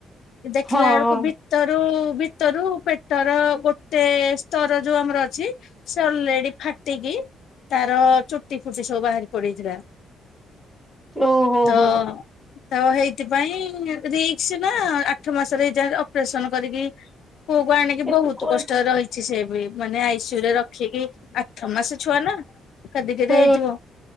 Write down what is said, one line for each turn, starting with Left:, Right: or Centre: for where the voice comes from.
Left: କି ଦେଖିଲା
Centre: ହଁ
Left: ବେଳକୁ ଭି ଭିତରୁ ଭିତରୁ ପେଟର ଗୋଟେ ସ୍ତର ଯୋଉ ଆମର ଅଛି। ସେ ଅଲରେଡି ଫାଟିକି ତାର ଚୁଟି ଫୁଟି ସବୁ ବାହାରିକି ପଡିଥିଲା
Centre: ଓହୋ
Left: ତ
Centre: ହୋ
Left: ତ ହେଇଥିପାଇଁ ରିକ୍ସ ନା ଆଠ ମାସରେ ହେଇଯାଏ ଅପରେସନ କରିକି ପୁଅ କୁ ଆଣିକି
Centre: ଏତେ
Left: ବହୁତ
Centre: କରିଛି।
Left: କଷ୍ଟ ରେ ରହିଛି ସେ ବି ମାନେ ଆଇସିୟୁ ରେ ରଖିକି ଆଠ ମାସ ଛୁଆ ନା କେଦି କେଦେ
Centre: ହୁଁ
Left: ହେଇଥିବ।